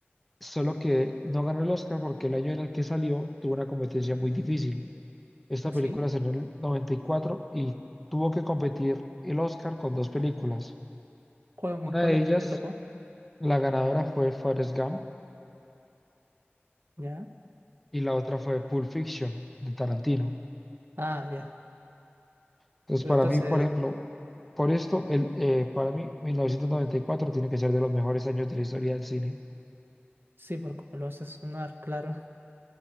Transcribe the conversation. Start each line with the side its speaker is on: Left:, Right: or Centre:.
Centre: Solo que no ganó el Oscar porque el año en el que salió tuvo una competencia muy difícil. Esta
Right: ¿Así?
Centre: película salió en el 94 y cuatro y tuvo que competir el Oscar con dos películas.
Right: ¿Cuál, con
Centre: Una
Right: cuáles
Centre: de ellas,
Right: le tocó?
Centre: la ganadora fue Forrest Gump
Right: ¿Ya?
Centre: y la otra fue Pulp Fiction de Tarantino.
Right: Ah, ya.
Centre: Entonces,
Right: Entonces,
Centre: para mí, por ejemplo, por esto, el, eh, para mí, 1994 tiene que ser de los mejores años de la historia del cine.
Right: sí, por como lo hace sonar, claro. <laughs>